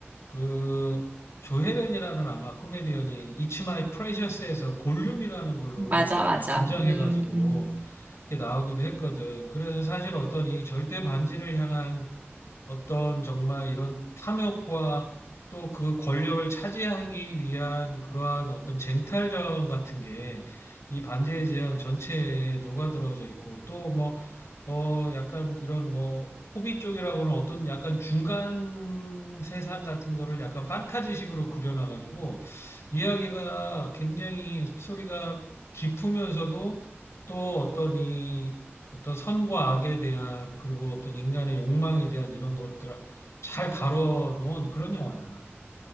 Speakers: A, on the left; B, on the right.
A: 그 조혜련이라는 아마 코미디언이 It's My Precious에서 골룸이라는 걸로
B: 음, 맞아,
A: 막
B: 맞아.
A: 분장해가지고
B: 음, 음.
A: 이렇게 나오기도 했거든. 그래서 사실 어떤 이 절대 반지를 향한 어떤 정말 이런 탐욕과 또 그 권력을 차지하기 위한 그러한 어떤 쟁탈전 같은 게 이 반지의 제왕 전체에 녹아들어져 있고 또 뭐, 어, 약간 이런 뭐, 호비 쪽이라고는 어떤 약간 중간 세상 같은 거를 약간 판타지식으로 그려놔가지고 이야기가 굉장히 스토리가 깊으면서도 또 어떤 이 어떤 선과 악에 대한 그리고 어떤 인간의 욕망에 대한 이런 것들 잘 다뤄놓은 그런 영화야.